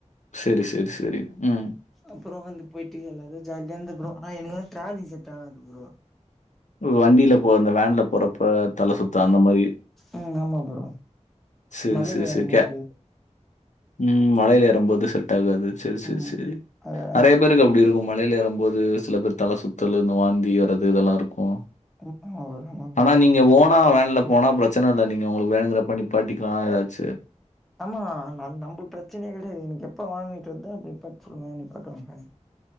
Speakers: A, on the left; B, in the centre.
A: செரி செரி செரி ம்
B: அப்றோ வந்து போயிட்டு எல்லாரு ஜாலியா இந்த ப்ரோ ஆனா எனக்கு டிராவ்லிங் செட் ஆகாது ப்ரோ
A: வண்டில போர ஓ அந்த வேன்ல போரப்ப தல சுத்து அந்த மாரி
B: ம் ஆமா ப்ரோ
A: சரி,
B: மலேல
A: சரி,
B: ஏறம்
A: சரி. கே
B: போது
A: ம் மலைல ஏறம்போது செட் ஆகாது செரி செரி
B: ம்
A: செரி
B: அதெல்லா
A: நெறய பேருக்கு அப்டி இருக்கு மலைல ஏறம்போது சில பேர் தல சுத்தல் இந்த வாந்தி வர்றது இதெல்லா இருக்கு
B: ம் ஆமா ப்ரோ ஆமா ப்ரோ
A: ஆனா நீங்க ஓனா வேன்ல போனா பிரச்சன இல்ல நீங்க உங்களுக்கு வேணுங்கிறப்ப நிப்பாட்டிக்கலா எதாச்சு
B: ஆமா ந நம்மள்க்கு பிரச்சனயே கெடையாது எனக்கு எப்ப வாமிட் வருதோ அப்ப நிப்பாட்ட சொல்லுவ நிப்பாட்டுவாங்க